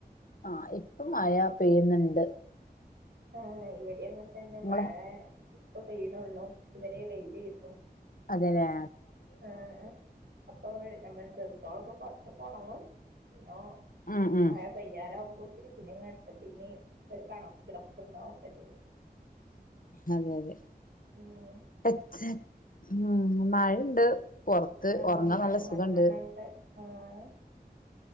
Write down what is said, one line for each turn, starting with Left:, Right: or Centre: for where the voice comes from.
Left: ആ ഇപ്പം മയ പെയ്യുന്നുണ്ട്
Right: ആ ഇവിടിം അങ്ങനെ തന്നെ
Left: ഇങ്ങളെ
Right: മഴ ഇപ്പൊ പെയ്യ്ണുള്ളു ഇതുവരെ വെയിലായിരുന്നു
Left: അതേലേ
Right: ആ ആ അപ്പൊ നമ്മളെ ഡ്രസ്സാളൊക്കെ കൊർച്ചൊ പൊണങ്ങും പിനോ
Left: ഉം ഉം
Right: മഴ പെയ്യരാവുമ്പോൾ പിന്നെ പിന്നെങ്ങാട്ട് പിന്നെയും ഒരു കണ ക്കിടപ്പുണ്ടാവും ഒക്കെ ചെയ്യും
Left: അതെ അതെ
Right: ഉം
Left: പച്ച ഉം മഴണ്ട് പൊർത്ത്
Right: ആഹ്
Left: ഒർങ്ങാൻ
Right: മഴ
Left: നല്ല സുഖണ്ട്
Right: നല്ലോണണ്ട് ആഹ്